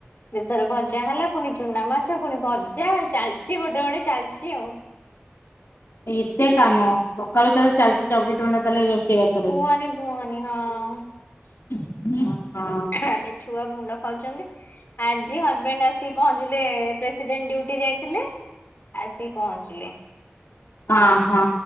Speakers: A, on the left; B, on the left.
A: ଶେଷରେ ଭଜା ହେଲା ପୁଣି ଚୁନା ମାଛ ପୁଣି ଭଜା ଚାଲିଚି ଗୋଟେ ଗୋଟେ ଚାଲିଚି ଆଉ।
B: ଏତେ କାମ ସକାଳୁ ତାହେଲେ ଚାଲିଚି ଚବିଶି ଘଣ୍ଟା ତାହେଲେ ରୋଷେଇବାସ।
A: କୁହନି କୁହନି ହଁ।
B: ହଁ।
A: ଆଡ଼େ ଛୁଆ ମୁଣ୍ଡ ଖାଉଚନ୍ତି। ଆଜି ହଜବେଣ୍ଡ ଆସିିକି ପହଞ୍ଚିଲେ ପ୍ରେସିଡେଣ୍ଟ ଡ୍ୟୁଟି ଯାଇଥିଲେ। ଆସି ପହଞ୍ଚିଲେ।
B: ଅଁ ହଁ